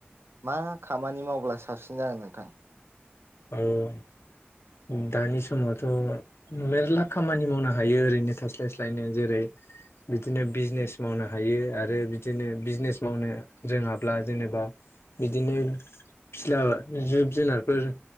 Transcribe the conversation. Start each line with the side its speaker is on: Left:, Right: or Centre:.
Right: मा खामानि मावब्ला साबसिन जागोन नोंथां
Left: औ दानि समावथ' मेर्ला खामानि मावनो हायो ओरैनो थास्लायस्लायनो जेरै बिदिनो बिजनेस मावनो हायो आरो बिदिनो बिजनेस मावनो रोङाब्ला जेनेबा बिदिनो फिला जिब जुनारफोर